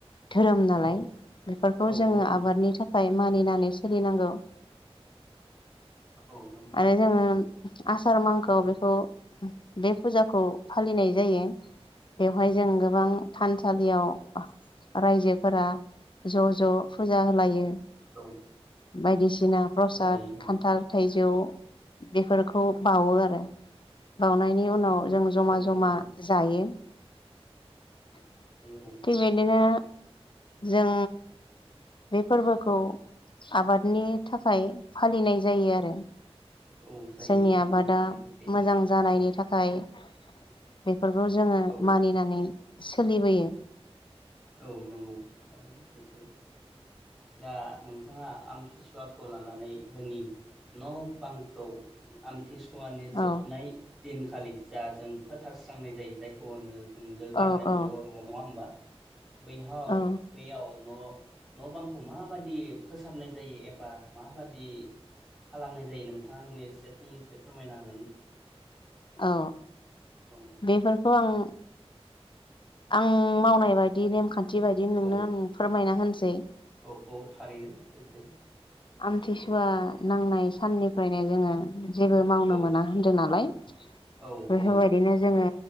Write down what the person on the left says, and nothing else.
धोरोम नालाय
बेफोरखौ
जोङो
आबादनि थाखाय मानिनानै सोलिनांगौ।
आरो जोङो आसार मांखोआव
बेखौ बे फुजाखौ फालिनाय जायो बेवहाय जों। गोबां थानसालियाव रायजोफोरा ज ज फुजा होलायो।
बायदिसिना प्रसाद
खान्थाल
थाइजौ बेफोरखौ बाउवो आरो बाउनायनि उनाव जों
जमा
जमा
जायो। थिग
बिदिनो जों बे फोरबोखौ आबादनि थाखाय फालिनाय जायो आरो
जोंनि
आबादा
मोजां जानायनि थाखाय फाय बे बेफोरखौ जोङो
मानिनानै सोलिबोयो
औ
औ औ
औ
औ
बेफोरखौ आं आं मावनाय बायदि नेमखान्थि। न्थि बायदिनो नोंनो
आं फोरमायना होनसै जायो।
आमथिसुवा नांनाय साननिफ्रायनो जोङो। जेबो मावनो
मोना होन्दों नालाय। बेफोरबायदिनो
जोङो।